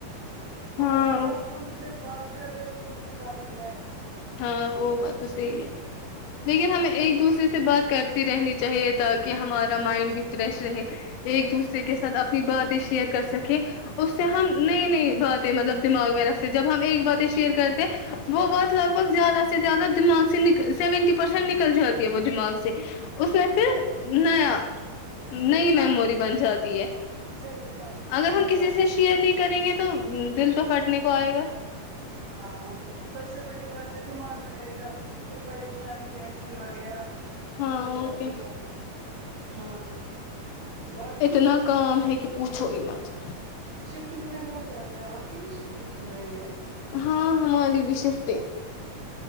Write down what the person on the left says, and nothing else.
ہاں
ہاں وہ بات تو صحیح ہے لیکن ہمیں ایک دوسرے سے بات کرتی رہنی چاہیے تاکہ ہمارا مائنڈ بھی فریش رہے ایک دوسرے کے ساتھ اپنی باتیں شیئر کر سکے اس سے ہم نئی نئی باتیں مطلب دماغ میں رکھتے جب ہم ایک باتیں شیئر کرتے وہ بات لگ بھگ زیادہ سے زیادہ دماغ سےنکل سیونٹی پرسینٹ نکل جاتی ہے وہ دماغ سے اس میں پھر نیا نہیں
میموری بن جاتی ہے
اگر
ہم کسی
سے
شیئر نہیں کریں گے تو تو دل تو پھٹنے کو آئے گا
ہاں
اور
کیا
اتنا کام ہے کہ پوچھو ہی مت
ہاں ہماری بھی شفٹگ